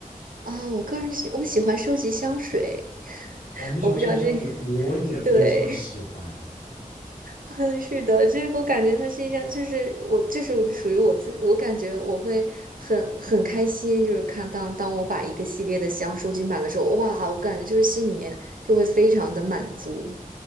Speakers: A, on the right; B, on the left.
A: 啊，我个人喜我喜欢收集香水，
B: 哦，你喜欢收集香水，
A: 我不知道这
B: 我也非常喜欢。
A: 对，<laughs> 是的，这个我感觉它是一项，就是我，就是属于我自，我感觉我会很很开心，就是看当当我把一个系列的箱收集满的时候，哇，我感觉就是心里面就会非常的满足，